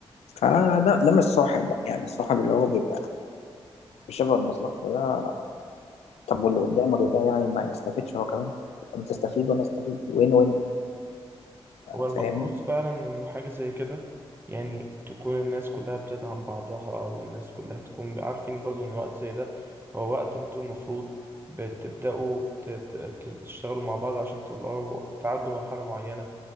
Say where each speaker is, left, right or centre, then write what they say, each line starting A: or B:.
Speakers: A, on the left (about 85°); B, on the right (about 20°).
A: فده ده مش صاحب بقى يعني الصاحب اللي هو بيبقى مش شايف غير مصلحته ده طب واللي قدامك ده يعني ما يستفيدش هو كمان انت تستفيد وانا استفيد وين وين
B: هو المفروض
A: فاهم
B: فعلا إنه حاجة زي كده يعني تكون الناس كلها بتدعم بعضها والناس كلها تكون عارفين برضو إن وقت زي ده هو وقت انتوا المفروض بتبدأوا ت- ت- تشتغلوا مع بعض عشان تطلعوا تعدوا مرحلة معينة